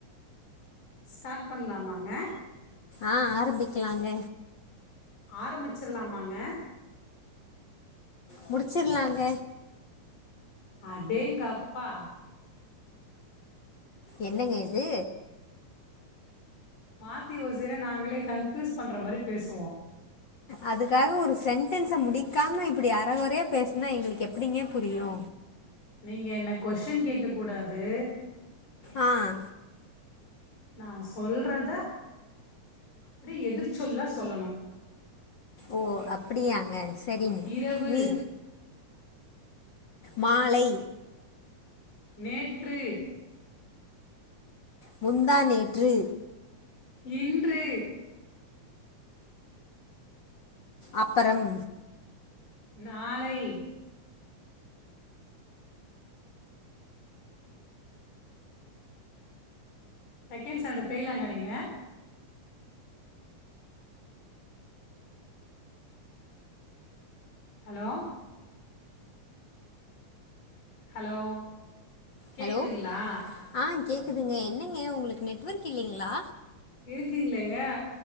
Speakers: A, on the left; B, on the left.
A: ஸ்டார்ட் பண்ணலாமாங்க
B: ஆஹ் ஆரம்பிக்கலாங்க
A: ஆரம்பி மிச்சர்லாமாங்க
B: முடிச்சிர்லாங்க
A: அடேங்கப்பா
B: என்னங்க இது
A: மாத்தி ஓசிர நாங்களே கன்ஃப்யூஸ் பண்ற மாரி பேசுவோம்
B: அதுக்காக ஒரு சென்டென்ஸ முடிக்காம இப்டி அரகொறயா பேசுனா எங்களுக்கு எப்படிங்க புரியு
A: நீங்க என்ன கொஸ்ட்டின் கேக்க கூடாது
B: ஆஹ்
A: நான் சொல்றத அப்டி எதிர்ச் சொல்லா சொல்லணு
B: ஓ அப்படியாங்க சரிங்க
A: இரவு
B: நீ மாலை
A: நேற்று
B: முந்தானேற்று
A: இன்று
B: அப்பறம்
A: நாளைய் செகண்ட் ஸ்டாண்டர்ட் ஃபெயிலாங்க நீங்க ஹலோ ஹலோ கேக்குதுங்ளா
B: ஹலோ ஆ கேக்குதுங்க என்னங்க உங்களுக்கு நெட்வொர்க் இல்லிங்ளா
A: இருக்கீங்களேங்க